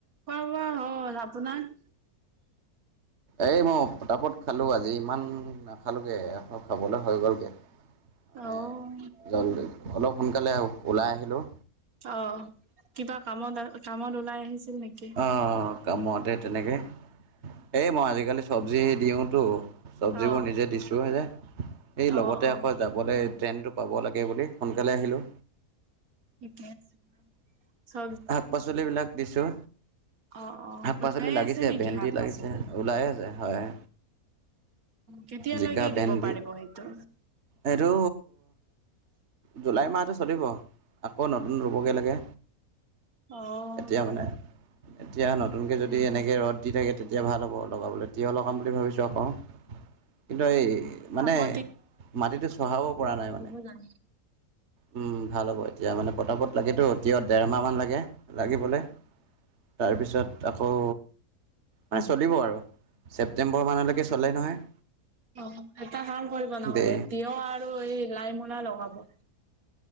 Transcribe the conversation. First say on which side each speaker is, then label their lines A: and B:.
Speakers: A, on the right; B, on the right.
A: খোৱা, বোৱা হ'ল আপোনাৰ?
B: এই মই ফতাপট খালো আজি, ইমান নাখালোগেৌ খাবলৈ হৈ গ'লগৈ। মানে
A: অ',
B: জল অলপ সোনকালে ওলাই আহিলোঁ।
A: অ', কিবা কামত আ কামত ওলাই আহিছিল নেকি?
B: অ', কামতে তেনেকে এই মই আজিকালি চব্জিহে দিওতো <unintelligible>
A: অ',
B: এই লগতে
A: অ', অ',
B: আকৌ যাবলৈ ট্ৰেইনটোক পাব লাগে বুলি সোনকালে আহিলোঁ।
A: <unintelligible>
B: শাক পাচলিবিলাক দিছোঁ
A: অ',
B: শাক
A: ওলাই
B: পাচলি লাগিছে
A: আছে নেকি
B: ভেন্দি
A: শাক-পাচলি
B: লাগিছে ওলাই আছে হয়।
A: কেতিয়ালৈকে
B: জিকা ভেন্দি
A: দিব পাৰিব সেইটো
B: এইটো জুলাই মাহটো চলিব, আকৌ নতুন ৰু'বগৈ লাগে।
A: অ',
B: এতিয়া মানে এতিয়া নতুনকে যদি
A: উম,
B: এনেকে ৰ'দ <unintelligible> তেতিয়া ভাল হ'ব লগাবলৈ তিয় লগাম বুলি ভাবিছোঁ আকৌ, কিন্তু এই মানে,
A: আকৌ
B: মাটিটো চহাব পৰা নাই মানে।
A: নাই
B: উম, ভাল হ'ব এতিয়া মানে পতাপত লাগেতো এতিয়া দেৰমাহ মান লাগে, লাগিবলে। তাৰপিছত, আকৌ মানে চলিব আৰু, ছেপটেম্বৰ মানলৈকে চলে নহয়
A: অ', টা কাম কৰিব নহলে,
B: দে
A: তিয়হ আৰু এই লাই মূলা লগাব